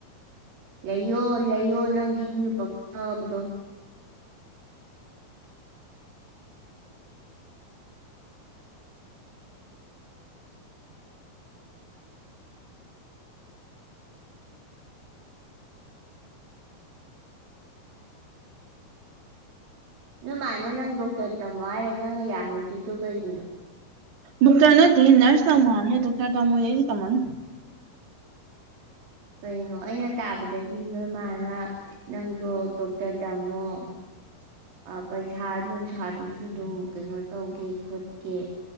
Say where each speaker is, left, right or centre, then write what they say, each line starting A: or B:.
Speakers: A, on the right; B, on the right.
A: ꯂꯩꯌꯣ ꯂꯩꯌꯣ ꯅꯪꯗꯤ ꯗꯨꯅ ꯄꯛꯆꯕꯗꯣ ꯅꯣꯏ ꯃꯥꯅ ꯅꯪ ꯗꯣꯛꯇꯔ ꯇꯝꯃꯣ ꯍꯥꯏꯔ ꯅꯪꯅ ꯌꯥꯍꯧꯗ꯭ꯔꯤꯗꯣ ꯀꯩꯒꯤꯅꯣ
B: ꯗꯣꯛꯇꯔ ꯅꯠꯇꯦꯍꯦ ꯅꯔꯁ ꯇꯥꯃꯣ ꯍꯥꯝꯅꯤ ꯗꯣꯛꯇꯔ ꯇꯝꯃꯣꯗꯤ ꯑꯩꯗꯤ ꯇꯝꯃꯝ
A: ꯀꯩꯅꯣ ꯑꯩꯅ ꯇꯥꯕꯗꯗꯤ ꯅꯣꯏ ꯃꯥꯅ ꯅꯪꯗꯣ ꯗꯣꯛꯇꯔ ꯇꯝꯃꯣ ꯑ ꯄꯩꯁꯥ ꯅꯨꯡꯁꯥꯗꯨꯁꯨ ꯑꯗꯨꯝ ꯀꯩꯅꯣ ꯇꯧꯒꯦ ꯈꯣꯠꯀꯦ